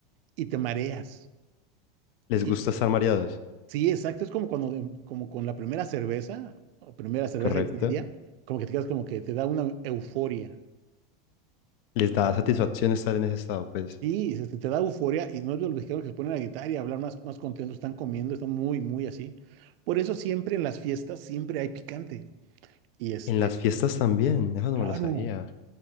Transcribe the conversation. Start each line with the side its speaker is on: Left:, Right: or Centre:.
Right: y te mareas.
Left: ¿Les
Right: Y,
Left: gusta estar mareados?
Right: sí, exacto, es como cuando, de- como con la primera cerveza o primera cerveza
Left: Correcto.
Right: y media, como que te quedas como que te da una euforia.
Left: ¿Les da satisfacción estar en ese estado? Pues
Right: Sí, se- te, te da euforia y no es de los mexicanos que se ponen a gritar y hablar más, más contentos, están comiendo, están muy, muy así. Por eso siempre en las fiestas siempre hay picante. Y este,
Left: en las fiestas también. Eso no
Right: claro,
Left: me lo sabía.